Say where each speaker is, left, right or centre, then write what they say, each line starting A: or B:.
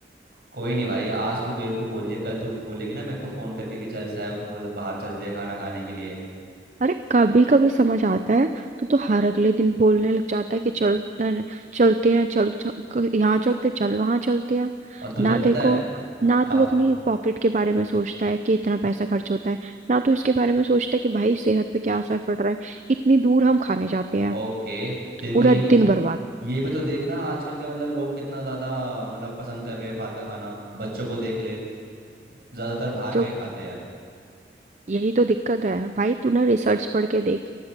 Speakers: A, on the right; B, on the right.
A: कोई नहीं भाई आज तू बेवकूफ़ बोल लिया कल तू बोलेगी ना मेरे को फ़ोन करके कि चल साहब बोले बाहर चलते हैं खाना खाने के लिए
B: अरे कभी कभी समझ आता है तो तो हर अगले दिन बोलने लग जाता है कि चल न- चलते हैं चल, चल क- यहाँ चलते चल वहां चलते हैं
A: और तुझे
B: ना
A: पता
B: तेरे
A: है
B: को
A: आ,
B: ना
A: आ,
B: तू अपनी पॉकेट के बारे में सोचता है कि इतना पैसा खर्च होता है ना तू इसके बारे में सोचता है कि भाई सेहत पे क्या असर पड़ रहा है इतनी दूर हम खाने जाते हैं
A: ओके तेरे को
B: पूरा
A: ये नहीं
B: दिन बर्बाद
A: ये भी तो देखना आजकल के मतलब लोग कितना ज्यादा मतलब पसंद कर रहे हैं बाहर का खाना बच्चों को देख ले ज्यादातर बाहर
B: जो
A: का ही खाते हैं
B: यही तो दिक्कत है भाई तूने रिसर्च पढ़ के देख